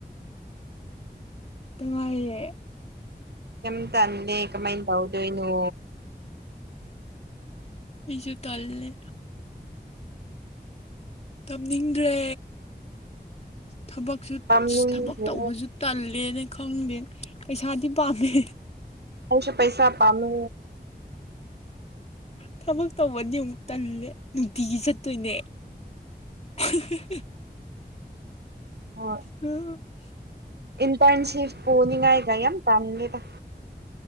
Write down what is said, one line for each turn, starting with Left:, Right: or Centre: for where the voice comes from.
Left: ꯇꯉꯥꯏꯔꯦ
Right: ꯀꯝ ꯇꯗꯦ ꯀꯃꯥꯏꯅ ꯇꯧꯗꯣꯏꯅꯣ
Left: ꯑꯩꯁꯨ ꯇꯜꯂꯦꯗ ꯇꯨꯝꯅꯤꯡꯗ꯭ꯔꯦ ꯊꯕꯛꯁꯨ
Right: ꯄꯥꯝꯃꯨꯏꯌꯦ
Left: ꯊꯕꯛ ꯇꯧꯕꯁꯨ ꯇꯜꯂꯦꯅꯦ ꯈꯪꯗꯦ ꯄꯩꯁꯥꯗꯤ ꯄꯥꯝꯃꯦ
Right: ꯑꯩꯁꯨ ꯄꯩꯁꯥ ꯄꯥꯝꯃꯤ
Left: ꯊꯕꯛ ꯇꯧꯕꯗꯤ ꯑꯃꯨꯛ ꯇꯜꯂꯦ ꯅꯨꯡꯇꯤꯒꯤ ꯆꯠꯇꯣꯏꯅꯦ <inaudible>
Right: ꯍ
Left: ꯎꯝ
Right: ꯏꯟꯇꯔꯟꯁꯤꯞ ꯄꯣꯅꯤꯡꯉꯥꯏ ꯀ ꯌꯥꯝ ꯇꯥꯂꯤꯗ